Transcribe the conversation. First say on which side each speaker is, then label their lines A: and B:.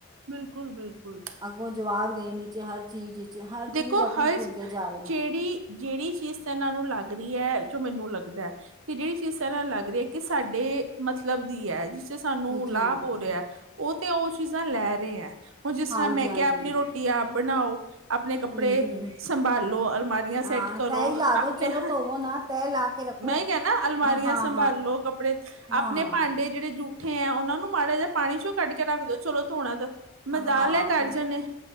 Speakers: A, on the right; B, on the right.
A: ਬਿਲਕੁਲ ਬਿਲਕੁਲ।
B: ਅੱਗੋਂ ਜਵਾਬ ਦੇਣ ' ਹਰ ਚੀਜ਼ ' ਹਰ
A: ਦੇਖੋ
B: ਚੀਜ਼ ਆਪਣੀ
A: ਹਰ
B: ਭੁੱਲਦੇ ਜਾ ਰਹੇ ਨੇ
A: ਜਿਹੜੀ ਜਿਹੜੀ ਚੀਜ਼ ਤਾਂ ਇਹਨਾਂ ਨੂੰ ਲੱਗ ਰਹੀ ਐ, ਜੋ ਮੈਨੂੰ ਲੱਗਦਾ ਐ ਕਿ ਜਿਹੜੀ ਚੀਜ਼ ਸ ਨਾਲ ਲੱਗ ਰਹੀ ਹੈ ਕਿ ਸਾਡੇ ਮਤਲਬ ਦੀ ਐ ਜ ਤੇੇ ਸਾਨੂੰ
B: ਜੀ
A: ਲਾਭ ਹੋ ਰਿਹਾ ਉਹ ਤੇ ਉਹ ਚੀਜ਼ਾਂ ਲੈ ਰਹੇ ਐ। ਹੁਣ ਜਿਸ
B: ਹਾਂਜੀ
A: ਤਰ੍ਹਾਂ ਮੈਂ
B: ਹਾਂਜੀ
A: ਕਿਆ ਆਪਣੀ ਰੋਟੀ ਆਪ ਬਣਾਓ ਆਪਣੇ ਕੱਪੜੇ,
B: ਹਮ ਹਮ ਹਮ
A: ਸੰਭਾਲੋ ਅਲਮਾਰੀਆਂ ਸੈਟ
B: ਹਾਂ
A: ਕਰੋ
B: ਤੈਅ ਹੀ ਲਾ ਦੋ
A: ਆਪਣੇ
B: ਚਲੋ ਧੋਵੋ ਨਾ ਤੈਅ ਲਾ ਕੇ ਰੱਖੋ
A: ਮੈਂ ਇਹੀ ਕਿਆ ਨਾ ਅਲਮਾਰੀਆਂ
B: ਹਾਂ ਹਾਂ
A: ਸੰਭਾਲੋ ਕੱਪੜੇ,
B: ਹਾਂ
A: ਆਪਣੇ ਭਾਂਡੇ ਜਿਹੜੇ ਜੂ ਉਠੇ ਆ ੳਨਾ ਨੂੰ ਮਾੜਾ ਜੇਆ ਪਾਨੀ ਚੋਂ ਕੱਢ ਕੇ ਰੱਖ ਦੋ ਚਲੋ ਧੋਨਾ ਤੇ, ਮਜਾਲ
B: ਹਾਂ
A: ਏ ਕਰ
B: ਬਿਲ
A: ਜਨ ਏ।